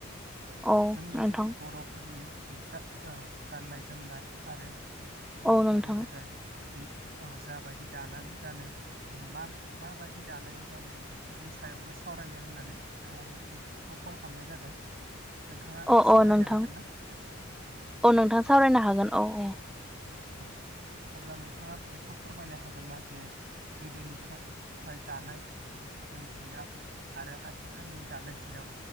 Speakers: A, in the centre; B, on the right (about 50°).
A: औ
B: जोंनि
A: नोंथां
B: जितु बर'फोरनि गार औ गाननाय जोमनाय आरो जों
A: औ नोंथां
B: गोदो गोदाय सित औ। जाबायदि दानानै गानोमोन मा माबायदि दानानै गानोमोन बेफोरनि सायावबो सावरायनो होननानै ओ नोंथांखौ कल खालामनाय जादों। नोंथाङा
A: अ
B: सावरायनो
A: अ नोंथां
B: हागोन ना
A: अ नोंथां सावरायनो हागोन औ ।
B: औ अब्ला नोंथाङा बेखौ फोरमायनो हागोन ना जे गोदोनिफ्राय फ्राय दानाय जों जिया आरो आथिखालनि दानाय जियाव